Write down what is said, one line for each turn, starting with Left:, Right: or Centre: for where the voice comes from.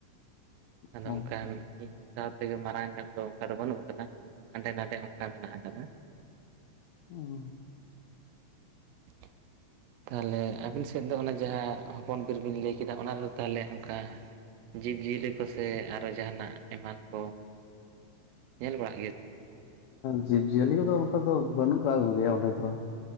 Left: ᱦᱮᱸ
Right: ᱚᱝᱠᱟᱱ᱾ ᱥᱟᱶᱛᱮ ᱢᱟᱨᱟᱝ ᱱᱚᱜ ᱫᱚ ᱚᱱᱠᱟ ᱫᱚ ᱵᱟᱹᱱᱩᱜ ᱟᱠᱟᱫᱟ ᱦᱟᱸᱰᱮ ᱱᱟᱰᱮ ᱚᱱᱠᱟ ᱢᱮᱱᱟᱜ ᱟᱠᱟᱫᱟ᱾
Left: ᱷᱩᱸ
Right: <unintelligible> ᱛᱟᱦᱚᱞᱮ ᱟᱹᱵᱤᱱ ᱥᱮᱫ ᱫᱚ ᱚᱱᱟ ᱡᱟᱦᱟᱸ ᱦᱚᱯᱚᱱ ᱵᱤᱨ ᱵᱤᱱ ᱞᱟᱹᱭ ᱠᱮᱫᱟ ᱚᱱᱟ ᱨᱮᱫᱚ ᱛᱟᱦᱚᱞᱮ ᱚᱱᱠᱟ᱾ ᱡᱤᱵᱽᱼᱡᱤᱭᱟᱹᱞᱤ ᱠᱚᱥᱮ ᱟᱨᱦᱚᱸ ᱡᱟᱦᱟᱱᱟᱜ ᱮᱢᱟᱱ ᱠᱚ ᱧᱮᱞ ᱵᱟᱲᱟ᱾?
Left: ᱡᱤᱵᱽᱼᱡᱤᱭᱟᱹᱞᱤ ᱠᱚᱫᱚ ᱚᱱᱠᱟ ᱫᱚ ᱵᱟᱹᱱᱩᱜ ᱟᱠᱟᱜ ᱠᱚᱜᱮᱭᱟ ᱚᱸᱰᱮ ᱫᱚ᱾